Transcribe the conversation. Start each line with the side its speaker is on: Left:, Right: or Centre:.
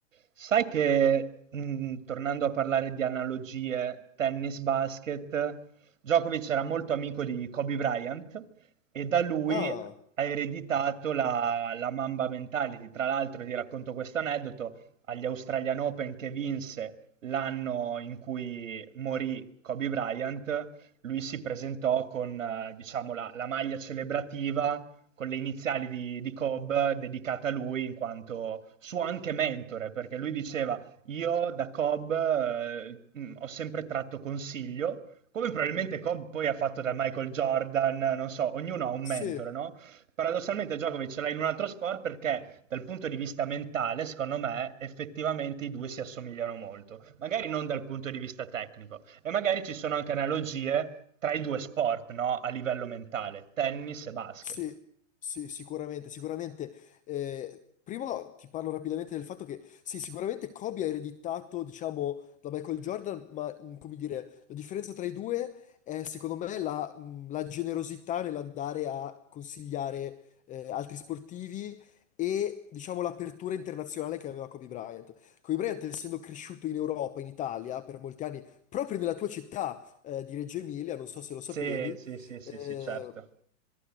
Right: Sai che, mh, tornando a parlare di analogie tennis-basket, Djokovic era molto amico di Kobe Bryant e da lui
Left: Ah,
Right: ha ereditato la, la Mamba mentality. Tra l'altro, ti racconto questo aneddoto, agli Australian Open che vinse l'anno in cui morì Kobe Bryant, lui si presentò con, eh, diciamo, la, la maglia celebrativa con le iniziali di, di Cobb dedicata a lui in quanto suo anche mentore, perché lui diceva io da Cobb eh, mh, ho sempre tratto consiglio, come probabilmente Cobb poi ha fatto da Michael Jordan, non so, ognuno ha un
Left: sì,
Right: mentore, no? Paradossalmente Djokovic ce l'ha in un altro sport perché dal punto di vista mentale, secondo me, effettivamente i due si assomigliano molto, magari non dal punto di vista tecnico e magari ci sono anche analogie tra i due sport, no? A livello mentale, tennis e basket.
Left: Sì, sì, sicuramente, sicuramente. Eh, prima ti parlo rapidamente del fatto che, sì, sicuramente Kobe ha ereditato, diciamo, da Michael Jordan, ma, mh, come dire, la differenza tra i due è, secondo me, la, mh, la generosità nell'andare a consigliare, eh, altri sportivi e, diciamo, l'apertura internazionale che aveva Kobe Bryant. Kobe Bryant, essendo cresciuto in Europa, in Italia, per molti anni, proprio nella tua città, eh, di Reggio Emilia, non so se lo sapevi,
Right: Sì, sì, sì, sì,
Left: eh,
Right: sì, certo.